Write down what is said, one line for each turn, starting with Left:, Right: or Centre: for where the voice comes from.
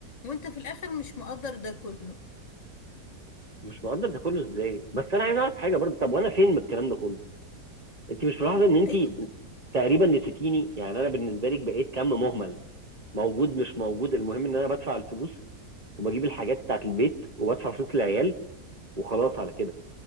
Left: وانت في الاخر مش مقدر ده كله
Right: مش مقدر ده كله ازاي بس انا عايز اعرف حاجه برضو طب وانا فين من الكلام ده كله انت مش ملاحظه ان انت
Left: ايوه طب
Right: تقريبا نسيتيني يعني انا بالنسبه لك بقيت كم مهمل موجود مش موجود المهم ان انا بدفع الفلوس وبجيب الحاجات بتاعت البيت وبدفع فلوس العيال وخلاص على كده